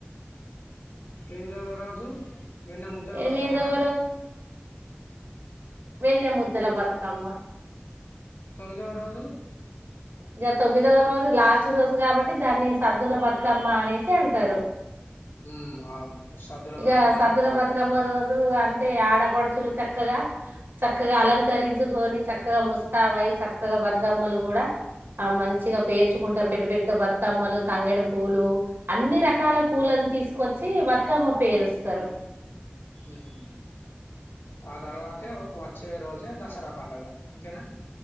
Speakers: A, on the left; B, on the right.
A: ఎనిమిదవ రోజు. వెన్న ముద్దల
B: ఎనిమిదవ
A: బతకమ్మనా.
B: వెన్న ముద్దలా బతకామ్మా.
A: తొమ్మిదవ రోజు.
B: ఇక తొమ్మిదవ రోజు లాస్ట్ రోజు కాబట్టి దాన్ని సద్దుల బతుకమ్మ అనేసి అంటారు.
A: హ్మ్. అవును. సద్దుల
B: ఇగ
A: బతుకమ్మ
B: సద్దుల
A: అంటారు.
B: బతుకమ్మ రోజు అంటే ఆడపడుచులు. చక్కగా, చక్కగా అలంకరించుకొని చక్కగా ముస్తాబై చక్కగా బతుకమ్మలు కూడా ఆ మంచిగా పేర్చుకుంటారు. పెద్ద పెద్ద బతుకమ్మలు తంగడి పూలు అన్ని రకాల పూలను తీసుకొచ్చి బతుకమ్మ పేరుస్తారు.
A: ఉమ్ ఆ తర్వాతే వచ్చే రోజే దసరా పడుగ అంతేనా.